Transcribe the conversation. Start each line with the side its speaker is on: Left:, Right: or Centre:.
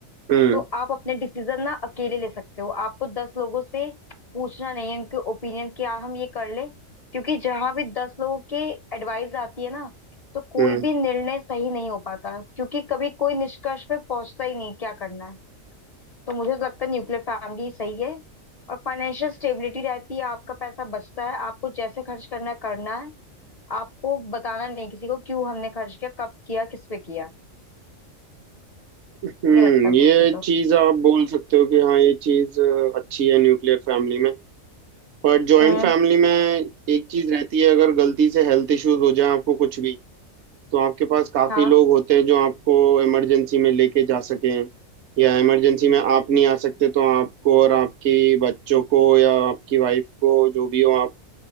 Right: हम्म
Left: तो आप अपने डिसीजन ना अकेले ले सकते हो आपको दस लोगों से पूछना नहीं है उनके ओपिनियन क्या हम ये कर लें क्योंकि जहां भी दस लोगों की एडवाइस आती है ना तो कोई
Right: हम्म
Left: भी निर्णय सही नहीं हो पाता क्योंकि कभी कोई निष्कर्ष पे पहुंचता ही नहीं क्या करना है तो मुझे तो लगता है न्यूक्लियर फैमिली सही है और फाइनेंशियल स्टेबिलिटी रहती है आपका पैसा बचता है आपको जैसे खर्च करना है करना है आपको बताना नहीं किसी को क्यों हमने खर्च किया कब किया किस पे किया
Right: हम्म
Left: ये लगता है
Right: ये
Left: मुझे तो
Right: चीज आप बोल सकते हो कि हाँ ये चीज अच्छी है न्यूक्लियर फैमिली में पर जॉइंट
Left: हम्म
Right: फैमिली में एक चीज रहती है अगर गलती से हेल्थ इश्यूज हो जाए आपको कुछ भी तो आपके पास काफी
Left: हाँ
Right: लोग होते हैं जो आपको इमरजेंसी में लेके जा सकें या इमरजेंसी में आप नहीं आ सकते तो आपको और आपके बच्चों को या आपकी वाइफ को जो भी हो आप